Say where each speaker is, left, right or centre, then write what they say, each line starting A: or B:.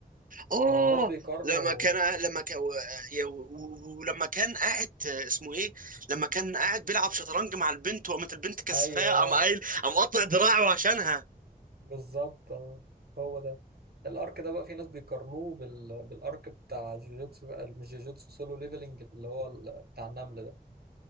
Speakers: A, on the right; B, on the right.
A: اه
B: كانوا الناس بيقارنوا
A: لما كان لما كان ولما كان قاعد اسمه ايه لما كان قاعد بيلعب شطرنج مع البنت وقامت البنت كسفاه
B: ايوه
A: قام قايل قام قطع دراعه عشانها
B: بالظبط آه، هو ده الارك ده بقى في ناس بيقارنوه بال... بالارك بتاع جوجوتسو مش جوجوتسو سولو ليفلنج اللي هو ال... بتاع النمل ده